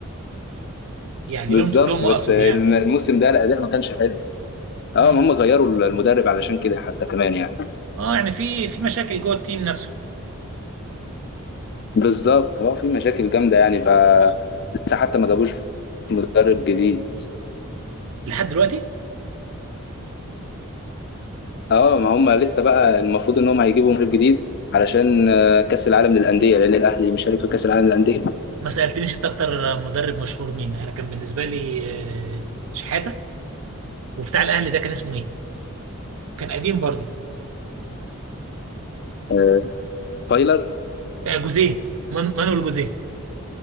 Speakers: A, on the right; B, on the left.
A: يعني
B: بالظبط
A: لهم تقولهم
B: بس
A: اقصد
B: الم-
A: يعني
B: الموسم ده الاداء ما كانش حلو اه
A: امم
B: ما هم غيروا المدرب علشان كده حتى كمان يعني
A: اه يعني في في مشاكل جوه التيم نفسه
B: بالظبط هو في مشاكل جامده يعني ف لسه حتى ما جابوش مدرب جديد
A: لحد دلوقتي
B: اه ما هم لسه بقى المفروض ان هم هيجيبوا مدرب جديد علشان آه، كاس العالم للانديه لان الاهلي مشارك في كاس العالم للانديه
A: ما سالتنيش انت اكتر مدرب مشهور مين انا كان بالنسبه لي آه، شحاته وبتاع الاهلي ده كان اسمه ايه كان قديم برضو
B: آه، فايلر
A: آه، جوزيه مان- مانويل جوزيه